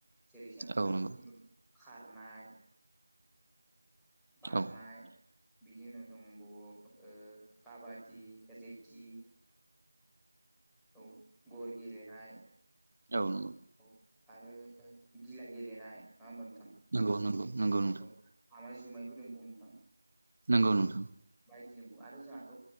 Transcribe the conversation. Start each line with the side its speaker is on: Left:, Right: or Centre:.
Centre: जेरै जोंहा
Right: औ नंगौ
Centre: गिबि खारनाय बारनाय
Right: औ
Centre: बिनि उनाव दंबावो ओ काबादि रेडि औ गर गेलेनाय
Right: औ नंगौ
Centre: औ आरो गिला गेलेनाय मा होमबा नोंथां
Right: नंगौ नंगौ नंगौ नगौ नोंथां
Centre: औ आमाय जुमायबो दंबावो नोंथां
Right: नंगौ नोंथां
Centre: बायदि दंबावो आरो जोंहाथ'